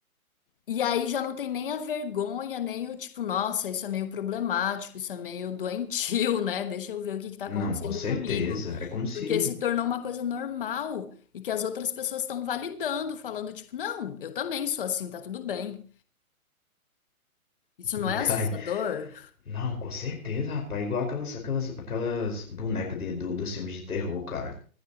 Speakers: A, on the left; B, on the left.
A: E aí já não tem nem a vergonha, nem o tipo, nossa, isso é meio problemático, isso é meio doentio, <laughs> né? Deixa eu ver o que que tá
B: Não,
A: acontecendo
B: com certeza.
A: comigo.
B: É como se.
A: Porque se tornou uma coisa normal e que as outras pessoas estão validando, falando, tipo, não, eu também sou assim, tá tudo bem. Isso
B: De
A: não é
B: cair.
A: assustador?
B: Não, com certeza, rapaz. É Igual aquelas, aquelas, aquelas bonecas de, do, dos filmes de terror, cara.